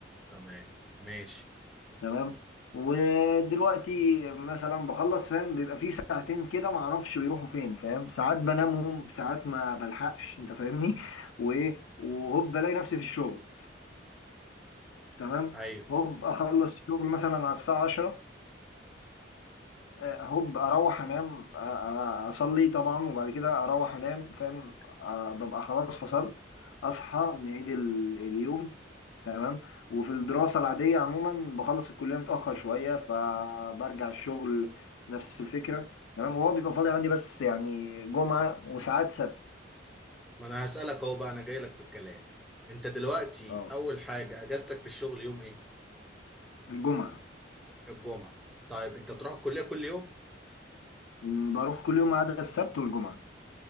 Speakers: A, in the centre; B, on the left.
A: تمام ماشي
B: تمام ودلوقتي مثلا بخلص فاهم بيبقى في ساعتين كده ما اعرفش بيروحوا فين فاهم ساعات بنامهم ساعات ما بلحقش انت فاهمني وايه وهوب بلاقي نفسي في الشغل تمام
A: ايوه
B: هوب اخلص الشغل مثلا على الساعة 10 آه، هوب اروح انام آه، آه، اصلي طبعا وبعد كده اروح انام فاهم آه، ببقى خلاص فصلت اصحى نعيد ال- اليوم تمام وفي الدراسة العادية عموما بخلص الكلية متأخر شوية فبرجع الشغل نفس الفكرة تمام وهو بيبقى فاضي عندي بس يعني جمعة وساعات سبت
A: ما انا هسألك اهو بقى انا جاي لك في الكلام انت دلوقتي
B: اه
A: اول حاجة اجازتك في الشغل يوم ايه
B: الجمعة
A: الجمعة طيب انت بتروح الكلية كل يوم
B: مم، بروح كل يوم ما عدا السبت والجمعة